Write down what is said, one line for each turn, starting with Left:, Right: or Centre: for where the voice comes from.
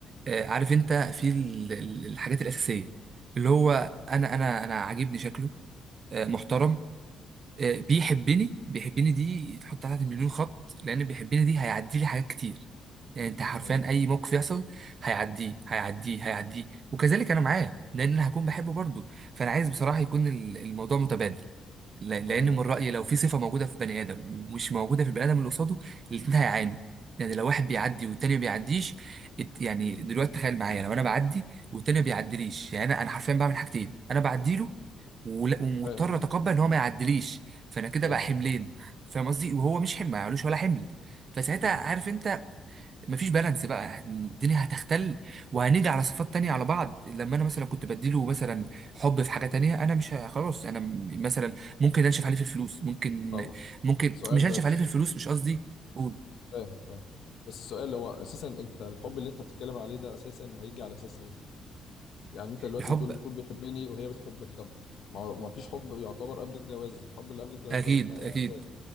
Right: آه، عارف انت في ال- ال- الحاجات الاساسيه اللي هو انا انا انا عاجبني شكله آه، محترم آه، بيحبني بيحبني دي تحط عليها مليون خط لان بيحبني دي هيعدي لي حاجات كتير يعني انت حرفيا
Left: مم.
Right: اي موقف يحصل هيعديه هيعديه هيعديه وكذلك انا معاه لان انا هكون بحبه برضه فانا عايز بصراحه يكون ال- الموضوع متبادل ل-
Left: ما
Right: لان
Left: هو
Right: من رايي لو في صفه موجوده في بني ادم ومش موجوده في البني ادم اللي قصاده الاثنين هيعانوا يعني لو واحد بيعدي والتاني ما بيعديش الت- يعني دلوقتي تخيل معايا لو انا بعدي والتاني ما بيعديليش يعني انا انا حرفيا بعمل حاجتين انا بعدي له ولا- ومضطر
Left: فاهم
Right: اتقبل ان هو ما يعديليش فانا كده
Left: فاهم
Right: بقى حملين
Left: فاهم
Right: فاهم قصدي وهو مش حمل ما يعملوش ولا حمل فساعتها
Left: مم.
Right: عارف انت مفيش بالانس بقى الدنيا هتختل وهنيجي على صفات تانية على بعض لما انا مثلا كنت بديله مثلا حب في حاجة تانية انا مش ه- خلاص انا م- مثلا ممكن انشف عليه في الفلوس ممكن
Left: طب
Right: ممكن
Left: سؤال
Right: مش انشف
Left: بس
Right: عليه في الفلوس مش قصدي قول
Left: فاهم فاهم بس السؤال هو اساسا انت الحب اللي انت بتتكلم عليه ده اساسا هيجي على اساس ايه؟ يعني انت دلوقتي
Right: الحب
Left: بتقول لي يكون بيحبني وهي بتحبك طب ما هو- ما فيش حب يعتبر قبل الجواز الحب اللي قبل الجواز
Right: اكيد
Left: ده بيبقى اعجاب
Right: اكيد